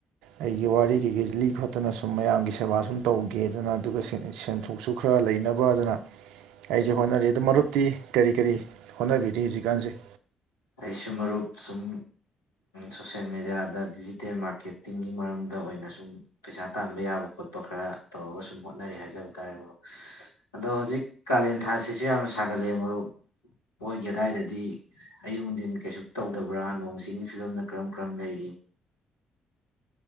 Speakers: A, on the right (about 70°); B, on the left (about 80°).
A: ꯑꯩꯒꯤ ꯋꯥꯔꯤ ꯀꯩꯀꯩ ꯂꯤ ꯈꯣꯠꯇꯅ ꯁꯨꯝ ꯃꯌꯥꯝꯒꯤ ꯁꯦꯕꯥ ꯁꯨꯝ ꯇꯧ ꯒꯦꯗꯅ ꯑꯗꯨꯒ ꯁꯦꯟ ꯁꯦꯟꯊꯣꯛꯁꯨ ꯈꯔ ꯂꯩꯅꯕꯗꯅ ꯑꯩꯖꯨ ꯍꯣꯠꯅꯔꯤ ꯑꯗ ꯃꯔꯨꯞꯇꯤ ꯀꯔꯤ ꯀꯔꯤ ꯍꯣꯠꯅꯕꯤꯔꯤ ꯍꯧꯖꯤꯛꯀꯥꯟꯖꯦ
B: ꯑꯩꯁꯨꯨ ꯃꯔꯨꯞ ꯁꯨꯝ ꯁꯣꯁꯦꯜ ꯃꯦꯗꯤꯌꯥꯗ ꯗꯤꯖꯤꯇꯦꯜ ꯃꯥꯔꯀꯦꯠꯇꯤꯡꯒꯤ ꯃꯔꯝꯗ ꯑꯣꯏꯅ ꯁꯨꯝ ꯄꯩꯁꯥ ꯇꯥꯟꯕ ꯌꯥꯕ ꯈꯣꯠꯄ ꯈꯔ ꯇꯧꯔꯒ ꯁꯨꯝ ꯍꯣꯠꯅꯔꯤ ꯍꯥꯏꯖꯕ ꯇꯥꯔꯦ ꯃꯔꯨꯞ ꯑꯗꯣ ꯍꯧꯖꯤꯛ ꯀꯥꯂꯦꯟ ꯊꯥꯁꯤꯁꯨ ꯌꯥꯝꯅ ꯁꯥꯒꯠꯂꯛꯑꯦ ꯃꯔꯨꯞ ꯃꯣꯏꯒꯤ ꯑꯗꯥꯏꯗꯗꯤ ꯑꯌꯨꯛ ꯅꯨꯡꯊꯤꯟ ꯀꯩꯁꯨ ꯇꯧꯗꯕ꯭ꯔꯥ ꯅꯣꯡ ꯁꯤꯡꯒꯤ ꯐꯤꯕꯝꯅ ꯀꯔꯝ ꯀꯔꯝ ꯂꯩꯔꯤ